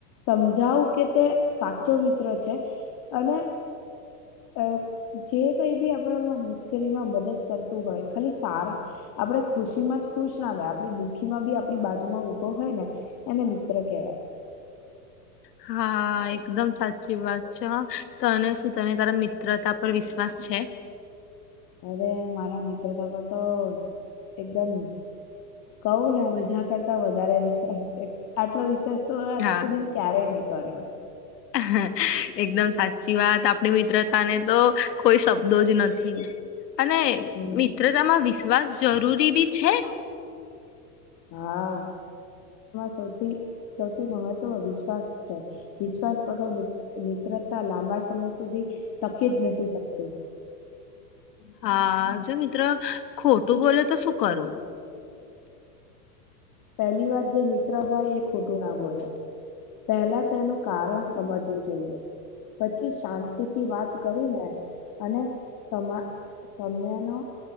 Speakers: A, on the left; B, on the left.
A: સમજવું કે તે સાચો મિત્ર છે અને અ જે કઈ બી આપણેમાં મુશ્કેલીમાં મદદ કરતું હોય ખાલી સારા આપણે ખુશી માં જ ખુશ નારે આપ દુઃખી માં બી આપણી બાજુમાં ઊભો હોય ને એને મિત્ર કહેવાય.
B: હા, એકદમ સાચી વાત છે તને શું તને તારા મિત્ર મિત્રતા પર વિશ્વાસ છે.
A: હવે મારા મિત્ર માટે તો એકદમ કહું ને બધા કરતા વધારે વિશ્વાસ છે આટલો વિશ્વાસ... તો આજ
B: હા
A: સુધી ક્યારે નહી કર્યો.
B: હ એકદમ સાચી વાત આપણી મિત્રતા ને તો કોઈ શબ્દો જ નથી. અને
A: હમ
B: મિત્રતામાં વિશ્વાસ જરૂરી બી છે.
A: હા <inaudible> સૌથી સૌથી મહત્વ વિશ્વાસ છે વિશ્વાસ વગર <unintelligible> લાંબા સમય સુધી ટકી જ નથી શકતું.
B: હા, જો મિત્ર ખોટું તો શું કરવું.
A: પહેલી વાર જે મિત્ર હોય એ ખોટું ના બોલે. પહેલા તેનું કારણ સમજવું જોઈએ. પછી શાંતિ થી વાત કરીને અને એને શમા સમય નો